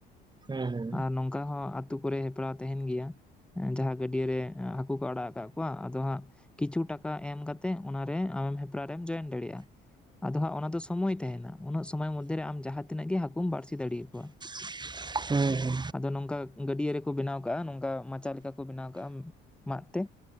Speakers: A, on the right; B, in the centre.
A: ᱦᱮᱸ ᱦᱮᱸ
B: ᱟᱨ ᱱᱚᱝᱠᱟ ᱦᱚᱸ ᱟᱛᱩ ᱠᱚᱨᱮ ᱦᱮᱯᱨᱟᱣ ᱛᱟᱦᱮᱱ ᱜᱮᱭᱟ ᱡᱟᱦᱟᱸ ᱜᱟᱹᱰᱭᱟᱹ ᱨᱮ ᱦᱟᱠᱩ ᱠᱚ ᱟᱲᱟᱜ ᱠᱟᱜ ᱠᱚᱣᱟ ᱟᱫᱚ ᱦᱟᱸᱜ ᱠᱤᱪᱷᱩ ᱴᱟᱠᱟ ᱮᱢ ᱠᱟᱛᱮᱜ ᱚᱱᱟᱨᱮ ᱟᱢ ᱦᱮᱯᱨᱟᱣ ᱨᱮᱢ ᱡᱚᱭᱮᱱ ᱫᱟᱲᱮᱭᱟᱜᱼᱟ᱾ ᱟᱫᱚ ᱦᱟᱸᱜ ᱚᱱᱟ ᱫᱚ ᱥᱳᱢᱚᱭ ᱛᱟᱦᱮᱸᱱᱟ᱾ ᱩᱱᱟᱹᱜ ᱥᱳᱢᱚᱭ ᱢᱚᱫᱽᱫᱷᱮᱨᱮ ᱟᱢ ᱡᱟᱦᱟ ᱛᱤᱱᱟᱹᱜ ᱜᱮ ᱦᱟᱠᱩᱢ ᱵᱟᱬᱥᱤ ᱫᱟᱲᱮᱭᱟᱠᱳᱣᱟ᱾
A: <unintelligible> ᱦᱮᱸᱻ
B: ᱟᱫᱚ ᱱᱚᱝᱠᱟ ᱜᱟᱹᱰᱭᱟᱹ ᱨᱮᱠᱚ ᱵᱮᱱᱟᱣ ᱠᱟᱜᱼᱟ᱾ ᱱᱚᱝᱠᱟ ᱢᱟᱪᱟ ᱞᱮᱠᱟ ᱠᱚ ᱵᱮᱱᱟᱣ ᱠᱟᱜᱼᱟ ᱢᱟᱫ ᱛᱮ᱾